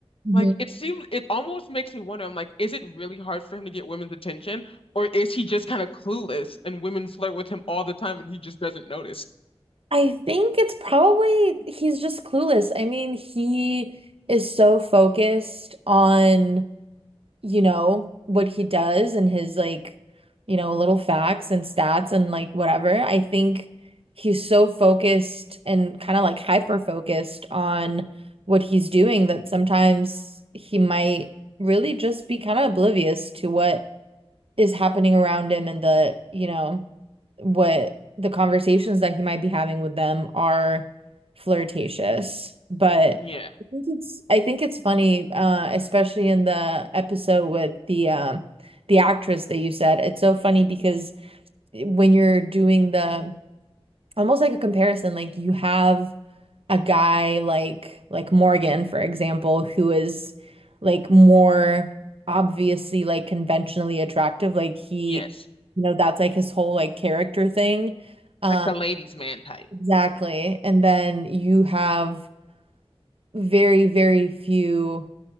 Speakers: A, on the right (about 65°); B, on the left (about 65°).
A: Mhm.
B: Like it seems it almost makes me wonder, I'm like, is it really hard for him to get women's attention? Or is he just kind of clueless and women flirt with him all the time and he just doesn't notice?
A: I think it's probably he's just clueless. I mean, he is so focused on you know, what he does and his like, you know, little facts and stats and like whatever. I think he's so focused and kind of like hyper focused on what he's doing that sometimes he might really just be kind of oblivious to what is happening around him and the, you know, what the conversations that he might be having with them are flirtatious. But
B: Yeah.
A: I think it's I think it's funny, uh, especially in the episode with the um the actress that you said. It's so funny because when you're doing the almost like a comparison, like you have a guy like like Morgan, for example, who is like more obviously like conventionally attractive. Like he,
B: Yes.
A: you know, that's like his whole like character thing. Uh,
B: Like the ladies' man type.
A: exactly. And then you have very, very few